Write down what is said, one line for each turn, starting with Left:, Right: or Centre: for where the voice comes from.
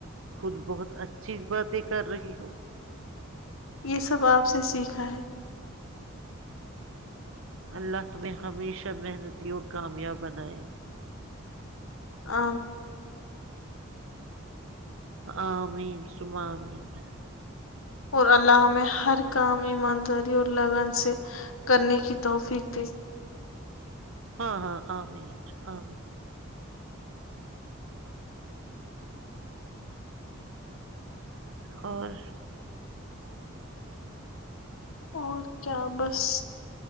Right: خود بہت اچھی باتیں کر رہی ہو
Left: یہ سب آپ سے سیکھا ہے
Right: اللہ تمہیں ہمیشہ محنتی اور کامیاب بنائے
Left: ا
Right: آ مین سم مین
Left: اور الللہ ہمہ ہر کام ایمانداری اور لگن سے کرنے کی توفیق دے
Right: ہاں ہاں ع آ اور
Left: اور کیا بس